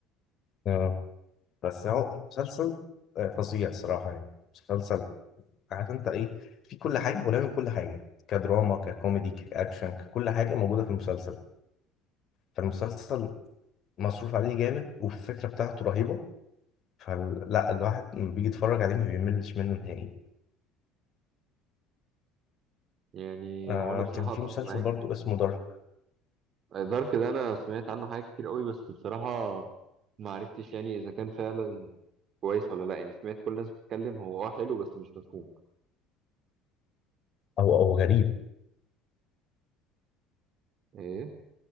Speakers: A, on the left (about 45°); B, on the right (about 45°).
A: اه بس هو مسلسل آه، فظيع صراحه يعني مسلسل عارف انت ايه في كل حاجه هو لازم كل حاجه كدراما ككوميدي كاكشن ككل حاجه موجوده في المسلسل فالمسلسل مصروف عليه جامد والفكره بتاعته رهيبه فلا الواحد لما بيجي يتفرج عليه ما بيملش منه نهائي
B: يعني
A: آه
B: هو انا بصراحه
A: كان في
B: اتفق
A: مسلسل
B: معاك
A: برضو اسمه دارك
B: دارك ده انا سمعت عنه حاجات كتير قوي بس بصراحه ما عرفتش يعني اذا كان فعلا كويس ولا لا يعني سمعت كل الناس بتتكلم هو اه حلو بس مش مفهوم
A: هو هو غريب
B: ايه